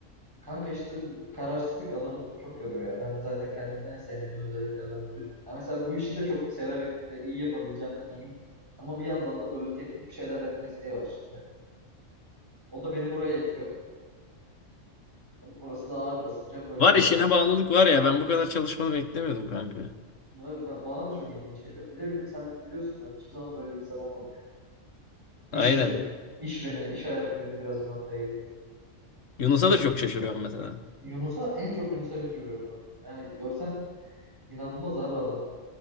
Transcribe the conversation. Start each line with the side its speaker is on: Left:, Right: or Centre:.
Right: Kanka işte bu kararsızlık adamı çok yoruyor ya. Ben zaten kendimden en sevmediğim özelliklerden biri. Ya mesela bu işi de çok severek ve iyi yapabileceğimden eminim. Ama bir yandan da böyle teknik bir şeyler yapma isteği var şimdi. O da beni buraya itiyor. Burası da ağır basınca böyle
Left: Var
Right: devam
Left: işine
Right: ediyor.
Left: bağlılık var ya. Ben bu kadar çalışmanı beklemiyordum kanka.
Right: Bunlar ba- Bana da çok ilginç geliyor. Bir de bili- sen biliyorsun ben hiçbir zaman böyle bir insan olmadım yani. İş
Left: Aynen.
Right: beni, iş beni, iş hayatı beni biraz bu noktaya getirdi.
Left: Yunus'a da çok şaşırıyorum mesela.
Right: Yunus'a, en çok Yunus'a şaşırıyorum ben. Yani görsen inanılmaz abi adam.